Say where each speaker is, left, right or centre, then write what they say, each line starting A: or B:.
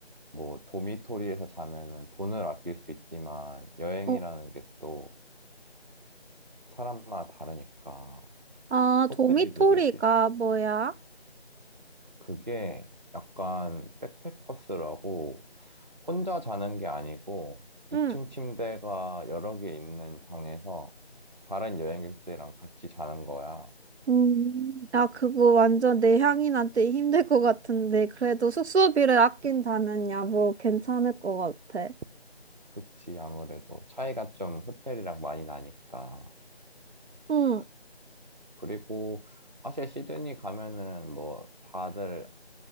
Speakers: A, on the right; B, on the right.
A: 뭐 도미토리에서 자면은 돈을 아낄 수 있지만 여행이라는
B: 어,
A: 게 또 사람마다 다르니까
B: 아,
A: 호텔이
B: 도미토리가
A: 되게 비싸.
B: 뭐야?
A: 그게 약간 백패커스라고 혼자 자는 게 아니고
B: 응.
A: 2층 침대가 여러 개 있는 방에서 다른 여행객들이랑 같이 자는 거야.
B: 음, 나 그거 완전 내 향인한테 힘들 것 같은데. 그래도 숙소비를 아낀다면 야, 뭐 괜찮을 것 같아.
A: 그치, 아무래도 차이가 좀 호텔이랑 많이 나니까.
B: 응.
A: 그리고 사실 시드니 가면은 뭐 다들